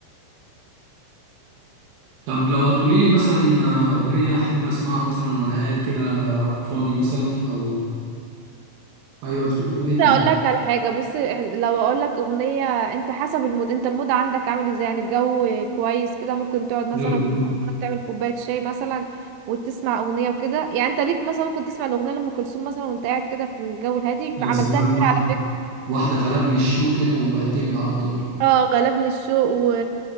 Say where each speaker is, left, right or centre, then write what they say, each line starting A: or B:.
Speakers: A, on the right; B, on the right.
A: طب لو هتقولي لي مثلا آه، اغنيه احب اسمعها مثلا وانا قاعد كده فاضي مثلا او ايوه تقول اغنيه
B: بس
A: ايه
B: اقول لك على حاجه بص إحنا- لو اقول لك اغنيه انت حسب المود انت المود عندك عامل ازاي يعني الجو كويس كده ممكن تقعد مثلا
A: حلو
B: في
A: أوي.
B: البلكونه تعمل كوبايه شاي مثلا وتسمع اغنيه وكده يعني انت ليك مثلا ممكن تسمع الاغنيه لام كلثوم مثلا وانت قاعد كده في الجو الهادي
A: يا
B: عملتها
A: سلام
B: كتير
A: واحده
B: على فكره
A: واحده غلبني الشوق كده واعتمد على طول
B: اه غلبني الشوق و...